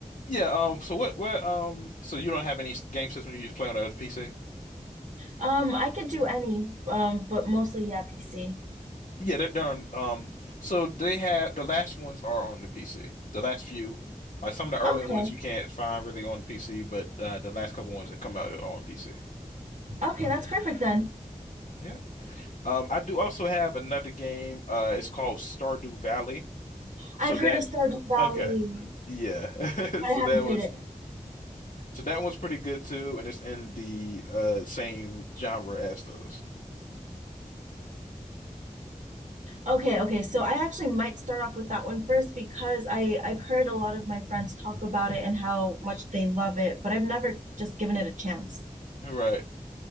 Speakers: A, on the left (about 60°); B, on the right (about 55°).
A: yeah. Um. So what? What? Um. So you don't have any s- game system you just play on the PC?
B: Um, I could do any, um, but mostly yeah, PC.
A: Yeah, they're, they're on, um, so they have the last ones are on the PC. The last few, like some of the early ones
B: Okay.
A: you can't find really on the PC, but uh, the last couple ones that come out are on PC.
B: Okay, that's perfect then.
A: Yeah. Um, I do also have another game. Uh, it's called Stardew Valley.
B: I've
A: So
B: heard
A: that,
B: of Stardew Valley,
A: okay. Yeah. <laughs>
B: but
A: So
B: I haven't
A: that
B: played
A: one's,
B: it.
A: so that one's pretty good too, and it's in the uh same genre as those.
B: Okay, okay. So I actually might start off with that one first because I I've heard a lot of my friends talk about it and how much they love it, but I've never just given it a chance.
A: Right.